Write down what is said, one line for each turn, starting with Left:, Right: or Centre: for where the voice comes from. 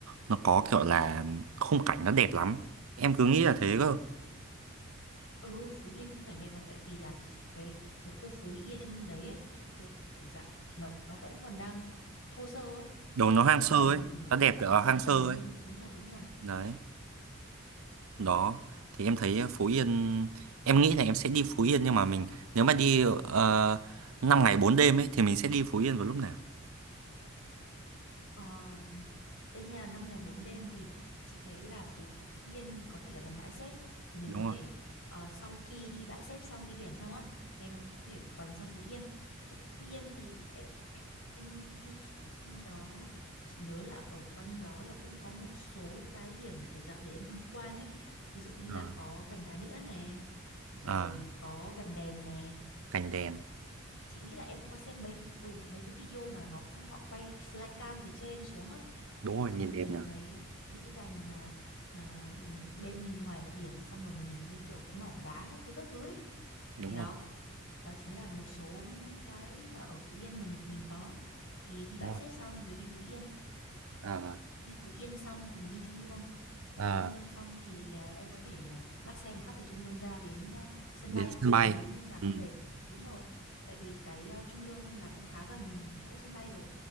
Right: nó có kiểu là khung cảnh nó đẹp lắm em cứ nghĩ là thế cơ
Left: ừ Phú Yên khung cảnh đẹp mà tại vì là cái cái khu Phú Yên đấy ấy, kiểu, kiểu dạng nó, nó vẫn còn đang thô sơ ấy
Right: đồ nó hoang
Left: cho nên
Right: sơ
Left: là
Right: ấy
Left: nhìn nó
Right: nó đẹp kiểu là
Left: nó
Right: hoang
Left: rất
Right: sơ
Left: là bình
Right: ấy
Left: yên đúng rồi đúng rồi
Right: đấy đó thì em thấy Phú Yên em nghĩ là em sẽ đi Phú Yên nhưng mà mình nếu mà đi uh, 5 ngày 4 đêm ấy thì mình sẽ đi Phú Yên vào lúc nào
Left: Ờ, đây nhà 5 ngày 4 đêm thì chị thấy là Phú Yên thì có thể là gần bãi xếp thì mình
Right: đúng
Left: có thể
Right: rồi
Left: ờ, sau khi đi bãi xếp xong đi biển xong á thì em có thể quành sang Phú Yên. Phú Yên thì em, em di chuyển sang đó chị nhớ là ở quanh đó là cũng có một số cái điểm kiểu dạng để em tham quan ấy. Ví dụ như là
Right: Ờ,
Left: có gành đá đĩa này, rồi
Right: ờ,
Left: có gành đèn nè.
Right: cảnh đèn
Left: Chị nghĩ là em cũng có xem mấy ừ mấy cái video mà nó họ quay flycam từ trên xuống á
Right: đúng rồi
Left: xong
Right: nhìn
Left: rồi nhìn
Right: đẹp nhỉ
Left: thấy những cái gành mà mà ừ, bên ngoài là biển xong rồi nhìn như kiểu cái mỏm đá các thứ các thứ ấy.
Right: đúng
Left: Thì đó,
Right: rồi
Left: đó chính là một số những cái mà ở Phú Yên mà mình, mình có. Thì đi Bãi
Right: đúng rồi
Left: Xếp xong rồi đi Phú Yên,
Right: Ờ,
Left: đi Phú Yên xong thì mình đi Trung Lương.
Right: ờ,
Left: Đi Trung Lương xong thì à, em có thể à, bắt xe một phát từ Trung Lương ra đến à, sân
Right: đến
Left: bay
Right: sân bay
Left: nếu như mà
Right: ừ.
Left: không mệt. Đúng rồi. Tại vì cái à, Trung Lương là cũng khá gần chỗ sân bay rồi.